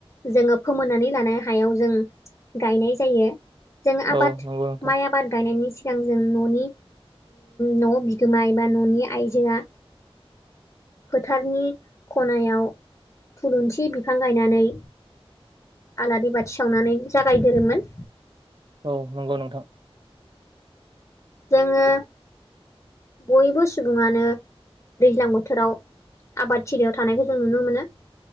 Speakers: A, on the left (about 30°); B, on the right (about 50°).
A: जोङो फोमोननानै लानाय हायाव जों गायनाय जायो जों आबाद
B: औ नंगौ नोंथां
A: माइ आबाद गायनायनि सिगां जों न'नि न' बिगोमा एबा न'नि आइजोआ फोथारनि खनायाव थुलुंसि बिफां गायनानै आलारि बाथि सावनानै जागायदोरोमोन
B: औ नंगौ नोंथां।
A: जोङो बयबो सुबुङानो दैज्लां बोथोराव आबादथिलियाव थानायखौ जों नुनो मोनो।